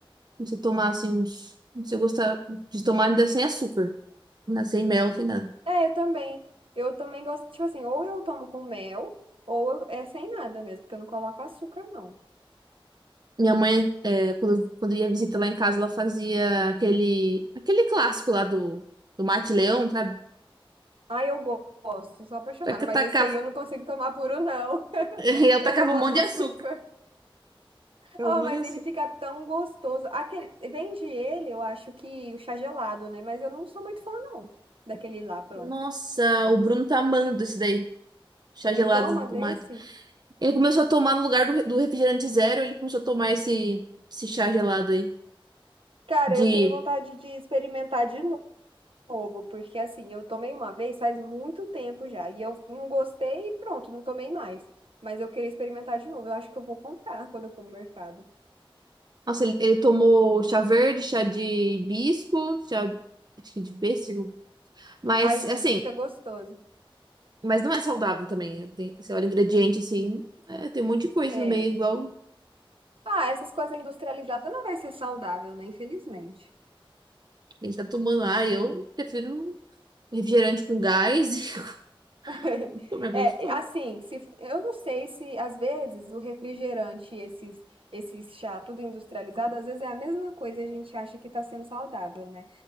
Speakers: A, on the right; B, on the right.
A: a se tomar assim uns. Se eu gostar de tomar ainda sem açúcar, na- sem mel, sem nada.
B: É, eu também. Eu também gosto, tipo assim, ou eu tomo com mel, ou eu- é sem nada mesmo, porque eu não coloco açúcar, não.
A: Minha mãe, é, quando, quando ia visitar lá em casa, ela fazia aquele, aquele clássico lá do, do Mate Leão, sabe?
B: Ah, eu go- gosto, sou apaixonada,
A: Taca-
B: mas
A: Tacava,
B: esse aí eu não consigo tomar puro, não. <laughs>
A: <laughs> ela
B: Esse
A: tacava
B: eu boto
A: um monte de
B: açúcar.
A: açúcar. Tacava
B: Oh,
A: um monte
B: mas
A: de açúcar.
B: ele fica tão gostoso. Aquele, vende ele, eu acho que o chá gelado, né? Mas eu não sou muito fã, não, daquele lá, pronto.
A: Nossa, o Bruno tá amando esse daí. Chá
B: Ele
A: gelado
B: toma
A: do
B: desse?
A: mate. Ele começou a tomar no lugar do, re- do refrigerante zero, ele começou a tomar esse, esse chá gelado aí.
B: Cara,
A: De
B: eu tenho vontade de experimentar de novo. novo, porque assim, eu tomei uma vez faz muito tempo já, e eu não gostei e pronto, não tomei mais. Mas eu queria experimentar de novo, eu acho que eu vou comprar quando eu for no mercado.
A: Nossa, ele, ele tomou chá verde, chá de hibisco, chá acho que de pêssego. Mas,
B: Aí o de
A: assim,
B: hibisco é gostoso.
A: mas não é saudável também. Tem, você olha o ingrediente, assim, é, tem um monte de coisa
B: É.
A: no meio, igual
B: Ah, essas coisas industrializadas não vai ser saudável, né? Infelizmente.
A: ele tá tomando. Ah, eu prefiro um refrigerante com gás <laughs>
B: <laughs>
A: como é gostoso.
B: É, assim, se, eu não sei se às vezes o refrigerante, esses, esses chá, tudo industrializado, às vezes é a mesma coisa, e a gente acha que está sendo saudável, né?